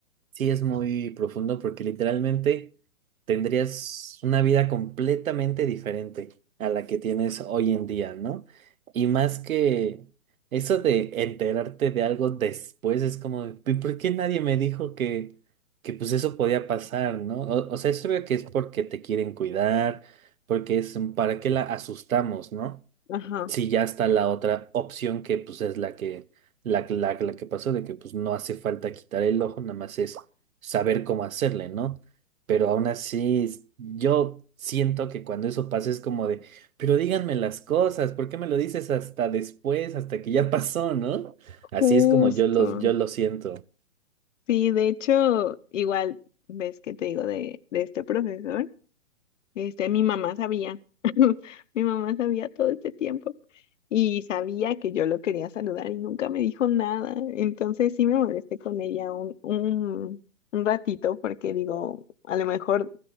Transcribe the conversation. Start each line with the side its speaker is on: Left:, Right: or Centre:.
Right: Sí, es muy profundo porque literalmente tendrías una vida completamente diferente a la que tienes hoy en día, ¿no? Y más que eso de enterarte de algo después es como, "¿Y ¿por qué nadie me dijo que, que pues eso podía pasar, ¿no? O, o sea, es obvio que es porque te quieren cuidar, porque es un para qué la asustamos, ¿no?
Left: Ajá,
Right: Sí, ya está la otra opción que pues es la que, la, que- la, que- la que pasó, de que pues no hace falta quitar el ojo, nada más es saber cómo hacerle, ¿no? Pero aún así, es- yo siento que cuando eso pasa es como de, pero díganme las cosas, ¿por qué me lo dices hasta después, hasta que ya <laughs> pasó, ¿no? Así
Left: justo.
Right: es como yo los, yo lo siento.
Left: Sí, de hecho, igual ves que te digo de, de este profesor. Este, mi mamá sabía, <laughs> mi mamá sabía todo este tiempo y sabía que yo lo quería saludar y nunca me dijo nada. Entonces sí me molesté con ella un, un, un ratito porque digo, a lo mejor